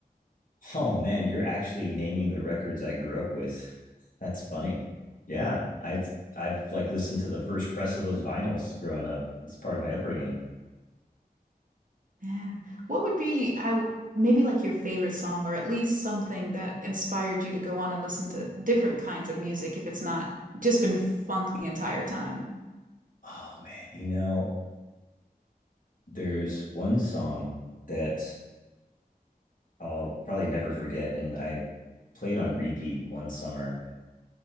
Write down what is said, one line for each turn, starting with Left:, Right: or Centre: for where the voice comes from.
Left: Oh man, you're actually naming the records I grew up with. <laughs> That's funny. Yeah, I I've like listened to the first press of those vinyls growing up. It's part of my upbringing.
Right: Yeah. What would be I w- maybe like your favorite song or at least something that inspired you to go on and listen to different kinds of music if it's not just been funk the entire time?
Left: Oh man, you know, there's one song that I'll probably never forget, and I played on repeat one summer.